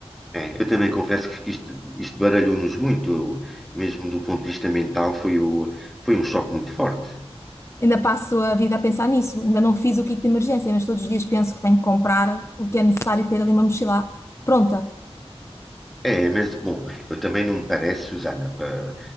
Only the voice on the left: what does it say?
Ainda passo a vida a pensar nisso. Ainda não fiz o kit de emergência, mas todos os dias penso que tenho que comprar o que é necessário e ter ali uma mochila pronta.